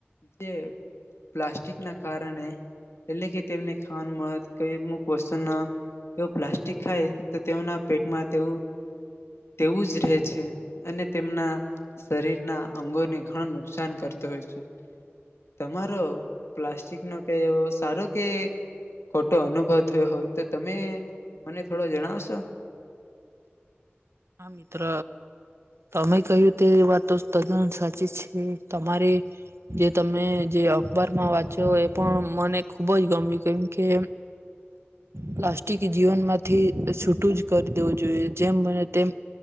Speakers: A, on the left (about 85°); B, on the right (about 75°).
A: જે પ્લાસ્ટિકના કારણે એટલે કે તેમને ખાવાનું મળત કઈ અમુક વસ્તુ ન એવ પ્લાસ્ટિક ખાય તો તેમના પેટમાં તેવું તેવું જ રહે છે અને તેમના શરીરના અંગોને ઘણું નુકસાન કરતું હોય છે તમારો પ્લાસ્ટિક નો કઈ એવો સારો કે ખોટો અનુભવ થયો હોય તો તમે મને થોડો જણાવશો?
B: હા મિત્ર તમે કહ્યું તે વાત તો તદ્દન સાચી છે તમારે જે તમે જે અખબારમાં વાંચો એ પણ મને ખુબ જ ગમ્યું કેમ કે પ્લાસ્ટિક જીવનમાંથી છૂટું જ કરી દેવું જોઈએ જેમ બને તેમ